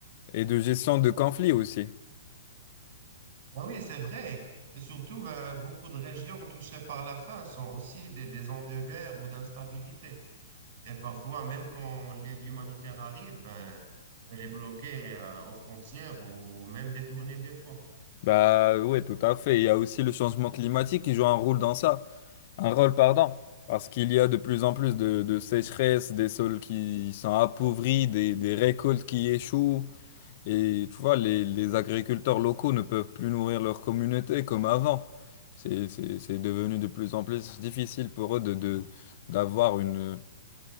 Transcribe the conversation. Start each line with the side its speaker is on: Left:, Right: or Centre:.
Left: et de gestion de conflits aussi.
Right: Ah oui, c'est vrai. Et surtout, ben, beaucoup de régions touchées par la faim sont aussi des, des zones de guerre ou d'instabilité. Et parfois, même quand l'aide humanitaire arrive, ben, elle est bloquée euh, aux frontières ou même détournée des fois.
Left: Bah oui, tout à fait. Il y a aussi le changement climatique qui joue un rôle dans ça, un rôle, pardon. Parce qu'il y a de plus en plus de, de sécheresses, des sols qui sont appauvris, des, des récoltes qui échouent. Et tu vois, les, les agriculteurs locaux ne peuvent plus nourrir leur communauté comme avant. C'est, c'est- c'est devenu de plus en plus difficile pour eux de, de- d'avoir une,